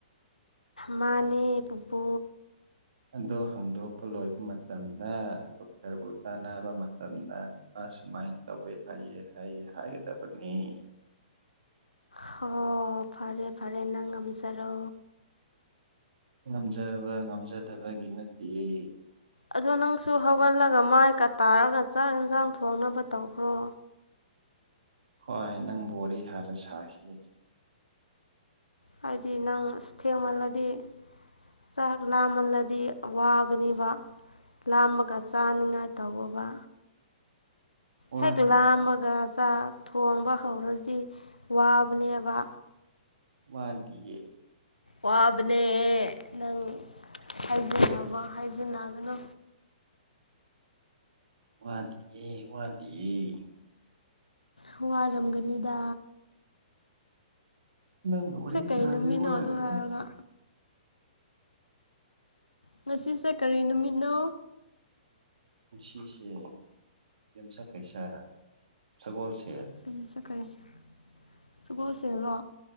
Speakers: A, on the left; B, on the right.
A: ꯃꯥꯅꯦ ꯄꯨꯄꯨ
B: ꯑꯗꯨ ꯍꯪꯗꯣꯛꯄ ꯂꯣꯏꯕ ꯃꯇꯝꯗ ꯗꯣꯛꯇꯔꯕꯨ ꯇꯥꯟꯅꯕ ꯃꯇꯝꯗ ꯃꯥ ꯁꯨꯃꯥꯏꯅ ꯇꯧꯋꯦ ꯍꯥꯏꯌꯦ ꯍꯥꯏꯌꯦ ꯍꯥꯏꯒꯗꯕꯅꯤ꯫
A: ꯍꯣ ꯐꯔꯦ ꯐꯔꯦ ꯅꯪ ꯉꯝꯖꯔꯣ꯫
B: ꯉꯝꯖꯕ ꯉꯝꯖꯗꯕꯒꯤ ꯅꯠꯇꯤꯌꯦ꯫
A: ꯑꯗꯣ ꯅꯪꯁꯨ ꯍꯧꯒꯠꯂꯒ ꯃꯥꯏꯒ ꯇꯥꯔꯒ ꯆꯥꯛ ꯌꯦꯟꯁꯥꯡ ꯊꯣꯡꯅꯕ ꯇꯧꯈ꯭ꯔꯣ
B: ꯍꯣꯏ ꯅꯪ <unintelligible> ꯍꯥꯏꯔ ꯁꯥꯈꯤ
A: ꯍꯥꯏꯗꯤ ꯅꯪ ꯑꯁ ꯊꯦꯡꯃꯜꯂꯗꯤ꯫ ꯆꯥꯛ ꯂꯥꯃꯜꯂꯗꯤ ꯋꯥꯒꯅꯦꯕ ꯂꯥꯝꯃꯒ ꯆꯥꯅꯤꯡꯉꯥꯏ ꯇꯧꯑꯣꯕ
B: ꯋꯥꯗꯦꯅ
A: ꯍꯦꯛ ꯂꯥꯝꯃꯒ ꯆꯥꯛ ꯊꯣꯡꯕ ꯍꯧꯔꯗꯤ ꯋꯥꯕꯅꯦꯕ
B: ꯋꯥꯗꯦ
A: ꯋꯥꯕꯅꯦ ꯅꯪ ꯍꯥꯏꯖꯤꯟꯅꯕ ꯍꯥꯏꯖꯤꯟꯅꯒꯅꯨ
B: ꯋꯥꯗꯤ ꯋꯥꯗꯤꯌꯦ
A: ꯍꯉꯔꯝꯒꯅꯤꯗ
B: ꯅꯪꯒ ꯋꯥꯔꯤ
A: ꯀꯩ
B: ꯁꯥꯟꯗ꯭ꯔꯗꯤ
A: ꯅꯨꯃꯤꯠꯅꯣ
B: ꯋꯥꯅꯤꯗ
A: ꯑꯗꯨ ꯍꯥꯏꯔꯒ ꯉꯁꯤꯁꯦ ꯀꯔꯤ ꯅꯨꯃꯤꯠꯅꯣ
B: ꯉꯁꯤꯁꯦ ꯌꯦꯝꯁꯥ ꯀꯩꯁꯥꯔ ꯁꯒꯣꯜꯁꯦꯟ
A: ꯌꯨꯝꯖꯥ ꯀꯩꯁꯥ ꯁꯒꯣꯜꯁꯦꯜꯂꯣ